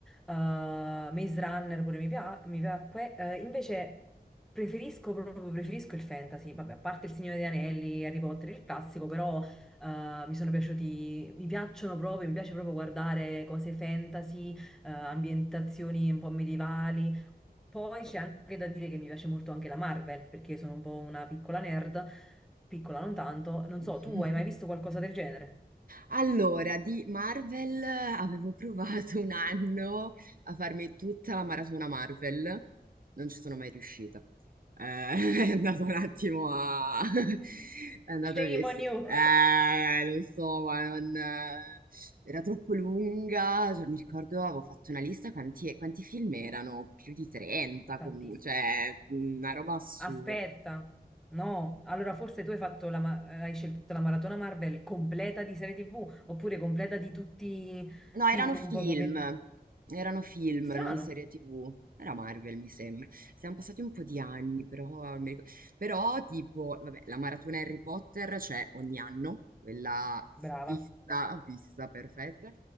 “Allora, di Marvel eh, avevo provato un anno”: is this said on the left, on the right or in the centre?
Right